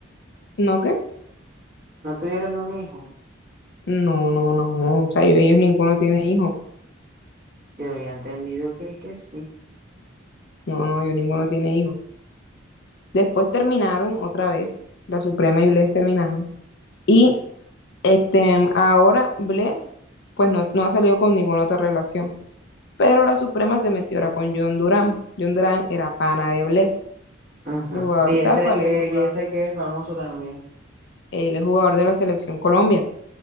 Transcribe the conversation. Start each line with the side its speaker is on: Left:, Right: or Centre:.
Left: ¿No qué?
Right: No tuvieron un hijo.
Left: No, no, no, o sea, ellos, ellos ninguno tiene hijo.
Right: Yo había entendido que, que sí.
Left: No, no, ellos ninguno tiene hijo. Después terminaron otra vez, la Suprema y Bless terminaron. Y Este, ahora Bless, pues no, no ha salido con ninguna otra relación. Pero la Suprema se metió ahora con John Durán. John Durán era pana de Bless,
Right: Ajá.
Left: el jugador.
Right: Y
Left: ¿Sabes
Right: ese
Left: cuál
Right: que,
Left: es el jugador?
Right: y ese que es famoso también.
Left: Él es jugador de la selección Colombia.